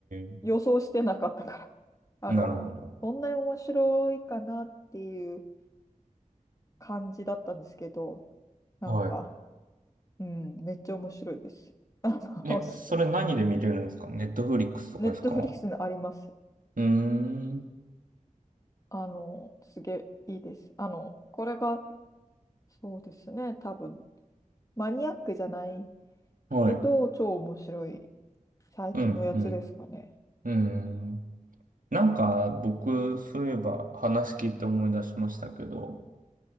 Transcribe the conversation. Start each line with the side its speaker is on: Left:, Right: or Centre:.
Right: え
Left: 予想してなかったから。あの、
Right: ー、なるほど。
Left: そんなに面白いかなっていう。感じだったんですけど、なんか、
Right: は
Left: うん、めっちゃ面白いです。あの、
Right: い。え、
Left: <laughs>
Right: それ何で見れるんですかネットフリックスとかですか
Left: ネットフリックスにあります。
Right: うーん。
Left: あの、すげえいいです。あの、これが、そうですね、多分、マニアックじゃない
Right: はい。
Left: けど、
Right: う
Left: 超面白い最近のやつですかね。
Right: ん、うん。うーん。なんか、僕、そういえば話聞いて思い出しましたけど、